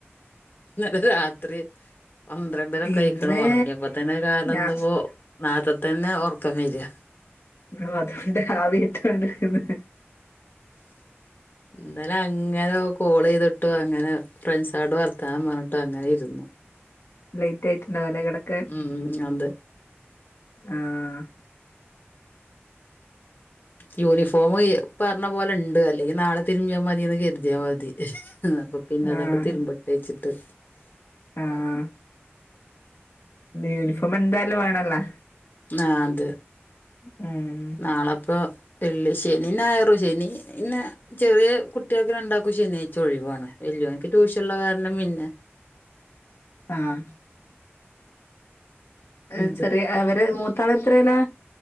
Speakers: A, on the left; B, on the left.
A: ഇന്നലെ രാത്രി പന്ത്രണ്ടരൊക്കായ്ക്ക്ണ്
B: ഇന്ന്
A: ഒറങ്ങിയപ്പൊത്തെന്നെ കാരണം
B: ഞാ
A: ന്ന് പ്പോ നാർത്തത്തെന്നെ ഒർക്കം വെരാ
B: ആ അതൊണ്ട് ആവിട്ടൊണ്ട്ക്ക്ന്ന്
A: ഇന്നലെ അങ്ങനെ കോളെയ്തിട്ടും അങ്ങനെ ഫ്രണ്ട്സാൾട്‌ വർത്താനം പർഞ്ട്ടും അങ്ങനെ ഇര്ന്ന്
B: ലെയ്റ്റായിട്ടുണ്ടാവുലേ കെടക്കാൻ
A: ഉം അതെ
B: ആഹ്
A: യൂണിഫോം പർഞ്ഞ പോലെ ണ്ട് അല്ലെങ്കി നാളെ തിരിമ്പിയാ മതിന്ന് കെര്തിയാ മതി അപ്പൊ പിന്നെ അതൊക്കെ
B: ആഹ്
A: തിര്മ്പട്ടെ ച്ച്ട്ട്
B: ആഹ് ആ യൂണിഫോം എന്തായാലും വേണല്ലോ
A: ആ ത്
B: ഉം
A: നാളെപ്പോ വെള്ളി ശനി ഞായറും ശനി പിന്നെ ചെറിയ കുട്ട്യാക്ക് രണ്ടാക്കും ശനിയാഴ്ച്ച ഒഴിവാണ് വെല്യോൻക്ക് ട്യൂഷള്ള കാരണം പിന്നെ
B: ആഹ് ഏഹ്
A: ഉണ്ട്
B: ചെറിയ അവര് മൂത്താളെത്രേലാ